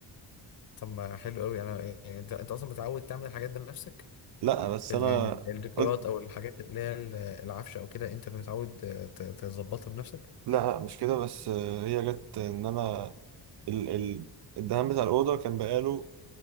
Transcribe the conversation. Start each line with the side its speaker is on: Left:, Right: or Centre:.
Left: طب ما حلو قوي انا يعني انت انت اصلا متعود تعمل الحاجات دي بنفسك
Right: لا بس
Left: ال-
Right: انا
Left: يعني الديكورات
Right: قلت
Left: او الحاجات اللي هي ال- العفشه او كده انت اللي متعود آه، ت- تظبطها بنفسك
Right: لا لا مش كده بس آه، هي جت ان انا ال ال الدهان بتاع الاوضه كان بقاله